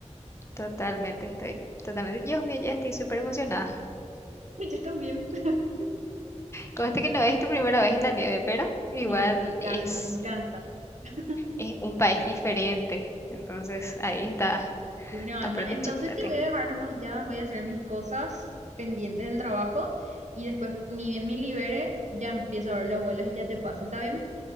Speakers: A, on the left (about 20°); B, on the right (about 70°).
A: Totalmente, estoy totalmente. Dios mío, ya estoy súper emocionada.
B: <laughs> Yo también. <laughs>
A: Conste que no es tu primera vez en la nieve, pero igual
B: Sí, pero me encanta,
A: es,
B: me encanta. <laughs>
A: es un país diferente. Entonces ahí está,
B: Bueno, Alma,
A: aparte
B: entonces
A: el chocolate.
B: te voy a dejar nomás ya, voy a hacer mis cosas pendientes del trabajo y después, ni bien me libere, ya empiezo a ver los vuelos y ya te paso, ¿está bien?